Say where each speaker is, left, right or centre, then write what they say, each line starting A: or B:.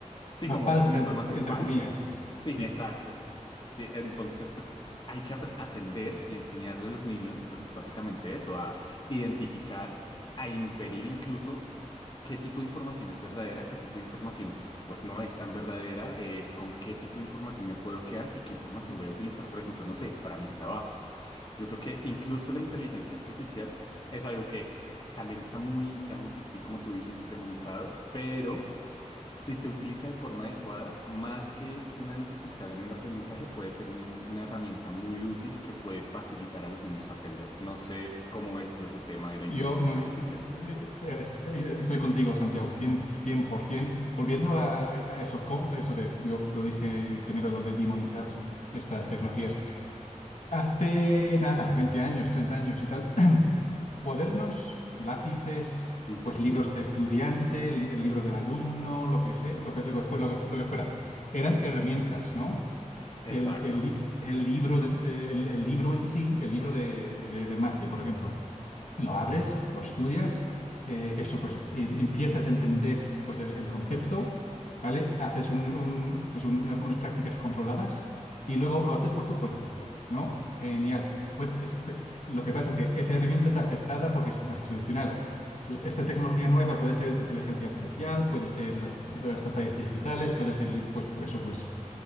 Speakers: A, on the left; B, on the left.
A: Sí,
B: Bhopal
A: como, como
B: Center,
A: información
B: entre
A: falsa.
B: comillas,
A: Sí,
B: sí.
A: exacto. Sí, entonces pues hay que apre- aprender y enseñarle a los niños pues básicamente eso, a identificar, a inferir incluso qué tipo de información es verdadera, qué tipo de información pues no es tan verdadera, eh, con qué tipo de información me puedo quedar y qué información voy a utilizar, por ejemplo, no sé, para mis trabajos. Yo creo que incluso la inteligencia artificial es algo que también está muy, llamémoslo así, como tú dijiste, demonizado, pero si se utiliza de forma adecuada, más que una dificultad en el aprendizaje, puede ser un- una herramienta muy útil que puede facilitar a los niños aprender. No sé cómo ves tú ese tema de la inteligencia
B: Yo no,
A: artificial.
B: eh, es- eh, estoy contigo, Santiago, cien por 100%. Volviendo a, a a eso, con- eso de, yo lo dije primero, lo de demonizar estas tecnologías. Hace nada, 20 años, 30 años y tal, <clears throat> cuadernos, lápices,
A: Ujú,
B: pues libros de estudiante, li- el libro del alumno, lo que sé, lo que, lo que fue, lo que, lo que fuera, eran herramientas, ¿no?
A: Exacto.
B: El, el li- el libro, de- de- el, el libro en sí, el libro de, de, de Mate, por ejemplo, lo abres, lo estudias, eh, eso pues em- empiezas a entender pues el, el concepto, ¿vale? Haces un- un- pues, una- unas prácticas controladas y luego lo haces por tu cuenta, ¿no? Genial. Pues es- lo que pasa es que esa herramienta está aceptada porque es más tradicional. Esta tecnología nueva puede ser inteligencia artificial, puede ser las, las pantallas digitales, puede ser, pues eso, pues